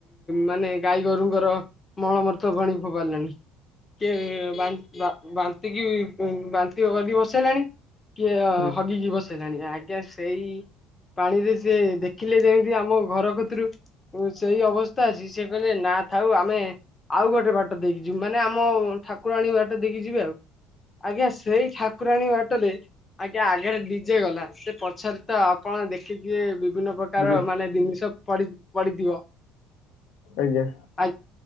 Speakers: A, on the left; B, on the left.
A: ମାନେ ଗାଈ ଗୋରୁଙ୍କର ମଳମର୍ତ ଭଣୀ ଭବାନାନୀ ଇଏ ବାନ୍ ବା ବାନ୍ତିକି ବାନ୍ତି କରିକି ବସେଇଲାଣି କିଏ
B: ହୁଁ
A: ହଗିକି ଭସେ ଦେଲେଣି ଆଜ୍ଞା ସେଇ ପାଣିରେ ସେ ଦେଖିଲେ ଯେମିତି ଆମ ଘର କତୁରୁ ହ ସେଇ ଅବସ୍ ସେ କହିଲେ ନା ଥାଉ ଆମେ ଆଉ ଗୋଟେ ବାଟ ଦେଇକି ଯିବୁ ମାନେ ଆମ ଠା ଠାକୁରାଣୀ ବାଟ ଦେଇକି ଯିବେ ଆଉ ଆଜ୍ଞା ସେଇ ଠାକୁରାଣୀ ବାଟ ଟରେ ଆଜ୍ଞା ଆଗରେ ଡିଜେ ଗଲା ସେ ପଛରେ ତ ଆପଣ ଦେଖିଥିବେ ବି ବିଭିନ୍ନ ପ୍ରକାର
B: ଦୃଶ
A: ମାନେ ଜିନିଷ ପଡି ପଡିଥିବ।
B: ଆଜ୍ଞା।
A: ଆ